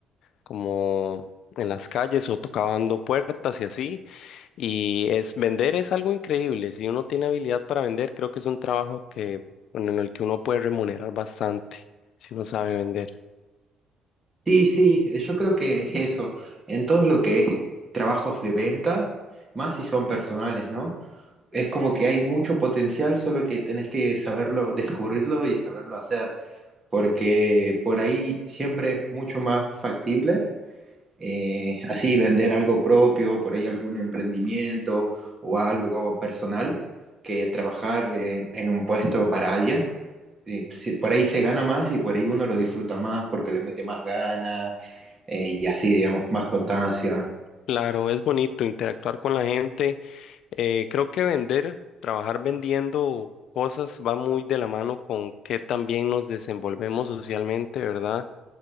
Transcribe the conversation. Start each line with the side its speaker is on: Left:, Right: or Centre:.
Left: como en las calles o tocando puertas y así. Y es vender es algo increíble. Si uno tiene habilidad para vender, creo que es un trabajo que, bueno, en el que uno puede remunerar bastante si uno sabe vender.
Right: Sí, sí, eh, yo creo que es eso. En todo lo que es trabajos de venta, más si son personales, ¿no? Es como que hay mucho potencial, solo que tenés que saberlo, descubrirlo y saberlo hacer, porque por ahí siempre es mucho más factible. eh, así vender algo propio, por ahí algún emprendimiento o algo personal, que trabajar en, en un puesto para alguien. eh, si- por ahí se gana más y por ahí uno lo disfruta más porque le mete más ganas eh, y así, digamos, más constancia.
Left: Claro, es bonito interactuar con la gente. Eh, creo que vender, trabajar vendiendo cosas va muy de la mano con que también nos desenvolvemos socialmente, ¿verdad?